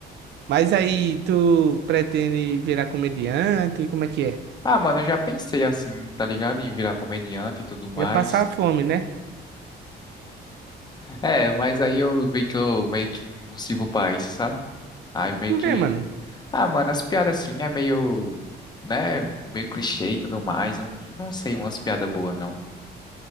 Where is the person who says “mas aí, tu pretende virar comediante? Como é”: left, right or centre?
Right